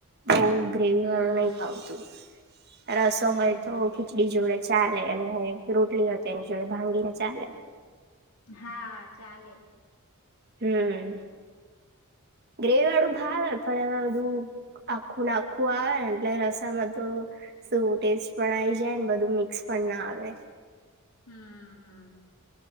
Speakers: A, on the right; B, on the left.
A: બોવ ગ્રેવી
B: હમ
A: વાળું નહી ભાવતું રસો
B: હમ
A: હોય તો ખીચડી જોડે ચાલે અને રોટલી એની જોડે ભાંગી ને ચાલે
B: હા ચાલે
A: હુમ ગ્રેવી વાળું ભાવે પણ એમાં બધું આખું નાખું આવે એટલે રસામાં તો શુ ટેસ્ટ પણ આઈ જાય ને બધું મિક્સ પણ ના આવે
B: હમ હમ